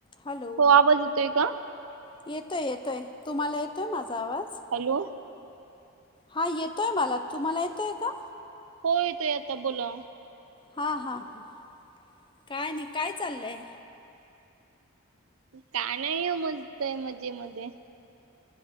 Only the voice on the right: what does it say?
हो आवाज येतोय का
Hello.
हो येतोय आता बोला.
काय नाही हो मस्तय मजेमध्ये